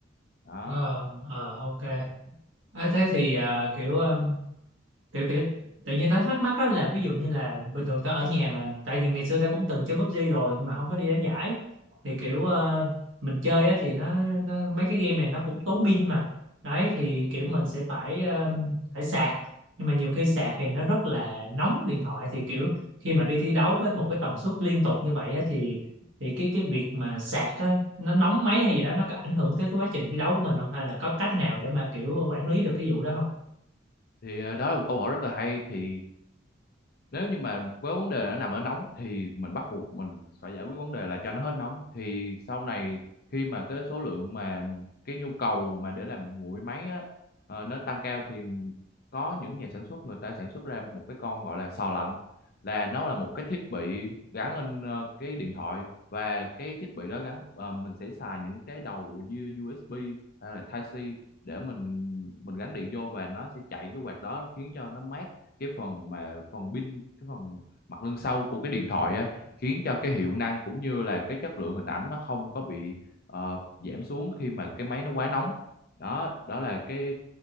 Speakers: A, on the left; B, on the right.
A: đó
B: ờ ờ ok à, thế thì à, kiểu ờ, kiểu kiểu tự nhiên tao thắc mắc á là ví dụ như là bình thường tao ở nhà mà tại vì ngày xưa tao cũng từng chơi PUBG rồi nhưng mà không có đi đánh giải thì kiểu ờ, mình chơi á thì nó, nó mấy cái game này nó cũng tốn pin mà đấy thì kiểu mình sẽ phải ờ, phải sạc nhưng mà nhiều khi sạc thì nó rất là nóng điện thoại thì kiểu khi mà đi thi đấu với một cái tần suất liên tục như vậy á thì thì cái cái việc mà sạc á nó nóng máy hay gì đó nó có ảnh hưởng tới cái quá trình thi đấu của mình không hay là có cách nào để mà kiểu quản lý được cái vụ đó không?
A: thì ờ, đó là một câu hỏi rất là hay thì nếu như mà với vấn đề nó nằm ở nóng thì mình bắt buộc mình phải giải quyết vấn đề là cho nó hết nóng thì sau này khi mà cái số lượng mà cái nhu cầu mà để làm nguội máy á, ờ, nó tăng cao thì có những nhà sản xuất người ta sản xuất ra một cái con gọi là sò lạnh là nó là một cái thiết bị gắn lên ờ, cái điện thoại và cái thiết bị đó gắn ờ, mình sẽ xài những cái đầu U- USB hay là Type-C để mình mình gắn điện vô và nó sẽ chạy cái quạt đó khiến cho nó mát cái phần mà phần pin cái phần mặt lưng sau của cái điện thoại á khiến cho cái hiệu năng cũng như là cái chất lượng hình ảnh nó không có bị ờ, giảm xuống khi mà cái máy nó quá nóng đó đó là cái